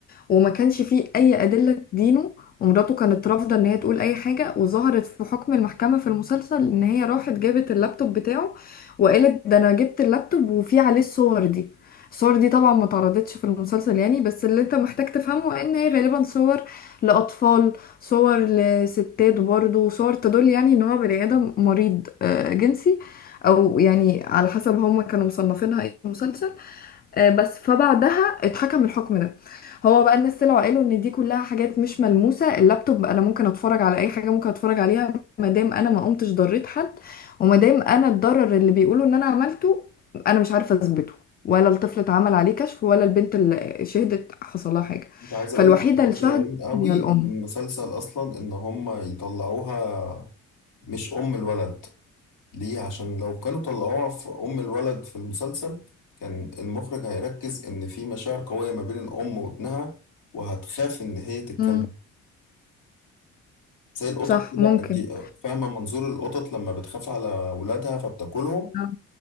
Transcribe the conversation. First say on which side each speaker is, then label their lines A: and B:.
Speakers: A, on the left; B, on the left.
A: وما كانش فيه أي أدلة تدينه ومراته كانت رافضة إن هي تقول أي حاجة وظهرت في حكم المحكمة في المسلسل إن هي راحت جابت اللابتوب بتاعه وقالت ده أنا جبت اللابتوب وفيه عليه الصور دي الصور دي طبعا ما اتعرضتش في المسلسل يعني بس اللي انت محتاج تفهمه ان هي غالبا صور لأطفال صور لستات برضه صور تدل يعني ان هو بني آدم مريض آه، جنسي او يعني على حسب هم كانوا مصنفينها ايه في المسلسل آه، بس فبعدها اتحكم الحكم ده هو بقى الناس طلعوا قالوا ان دي كلها حاجات مش ملموسة اللابتوب انا ممكن اتفرج على اي حاجة ممكن اتفرج عليها ما دام انا ما قمتش ضريت حد وما دام انا الضرر اللي بيقولوا ان انا عملته انا مش عارفة اثبته ولا الطفل اتعمل عليه كشف ولا البنت اللي شهدت حصل لها حاجة
B: أنت عايز أقول
A: فالوحيدة
B: لك هم
A: اللي
B: صايعين
A: شهدت
B: قوي
A: هي الام
B: في المسلسل أصلا إن هم يطلعوها مش أم الولد ليه عشان لو كانوا طلعوها في أم الولد في المسلسل كان المخرج هيركز إن في مشاعر قوية ما بين الأم وابنها وهتخاف إن هي تتكلم
A: امم
B: زي القطط
A: صح
B: كده
A: ممكن
B: أنت فاهمة منظور القطط لما بتخاف على ولادها فبتاكلهم
A: اه